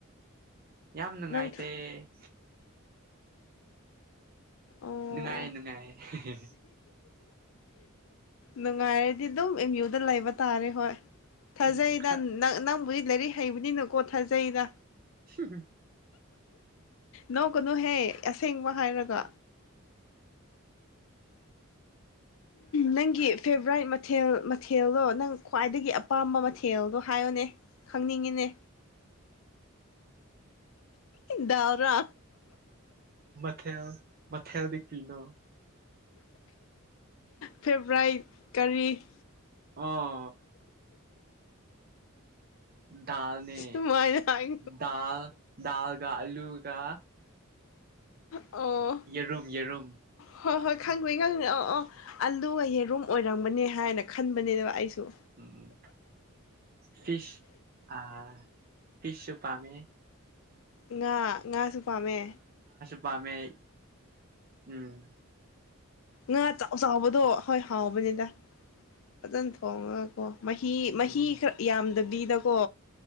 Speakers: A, on the right; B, on the left.
A: ꯌꯥꯝ ꯅꯨꯡꯉꯥꯏꯇꯦ
B: ꯅꯪ
A: <inaudible>
B: ꯑꯣ
A: ꯅꯨꯡꯉꯥꯏꯦ ꯅꯨꯡꯉꯥꯏꯌꯦꯦ ꯍ
B: ꯅꯅꯨꯡꯉꯥꯏꯗꯤ ꯑꯗꯨꯣ ꯌꯨꯗ ꯂꯥꯏꯕ ꯇꯥꯔꯦ ꯍꯣꯏ ꯊꯥꯖꯩꯗ
A: ꯎꯝ
B: ꯅꯪꯕꯨ ꯂꯥꯏꯔꯤꯛ ꯍꯩꯕꯅꯤꯅꯀꯣ ꯊꯥꯖꯩꯗ
A: ꯍꯝ
B: ꯅꯣ ꯀꯩꯅꯨꯍꯦ ꯑꯁꯦꯡꯕ ꯍꯥꯏꯔꯒ ꯅꯪꯒꯤ ꯐꯦ ꯕ꯭ꯔꯥꯏꯠ ꯃꯊꯦꯜ ꯃꯊꯦꯜꯗꯣ ꯅꯪ ꯈ꯭ꯋꯥꯏꯗꯒꯤ ꯑꯄꯥꯝꯕ ꯃꯊꯦꯜꯗꯣ ꯍꯥꯏꯌꯣꯅꯦ ꯈꯪꯅꯤꯡꯉꯤꯅꯦ ꯗꯎꯔꯥ
A: ꯃꯊꯦꯜ ꯃꯊꯦꯜꯗ ꯀꯤꯅꯣ
B: ꯐꯦꯕ꯭ꯔꯥꯏꯠ ꯀꯔꯤ
A: ꯑꯥ ꯗꯗꯥꯥꯜꯅꯦ
B: ꯁꯨꯃꯥꯏꯅ ꯍꯥꯏ
A: ꯗꯗꯥꯥ ꯗꯗꯥꯜꯒ ꯑꯂꯨ ꯀꯥ
B: ꯑꯣ
A: ꯌꯦꯔꯨꯝ ꯌꯦꯔꯨꯝ
B: ꯍꯣꯏ ꯍꯣꯏ ꯈꯪꯗꯣꯏꯅꯤ ꯈꯪꯗꯣꯏꯦ ꯑ ꯑ ꯑꯂꯒ ꯌꯦꯔꯨꯝ ꯑꯣꯏꯔꯝꯕꯅꯦ ꯍꯥꯏꯅ ꯈꯟꯕꯅꯦꯅꯦꯕ ꯑꯩꯁꯨ
A: ꯎꯝ ꯐꯤꯁ ꯑ ꯐꯤꯁꯁꯨ ꯄꯝꯃꯦ
B: ꯉ ꯉꯁꯨ ꯄꯝꯃꯦ
A: ꯄꯝꯃꯦ ꯎꯝ
B: ꯉꯥ ꯆꯥꯎ ꯆꯥꯎꯕꯗꯣ ꯍꯣꯏ ꯍꯥꯎꯕꯅꯤꯗ ꯐꯖꯅ ꯊꯣꯡꯉꯒꯀꯣ ꯃꯍꯤ ꯃꯍꯤ
A: ꯎꯝ
B: ꯈꯔ ꯌꯥꯝꯗꯕꯤꯗ ꯑꯣꯄꯣ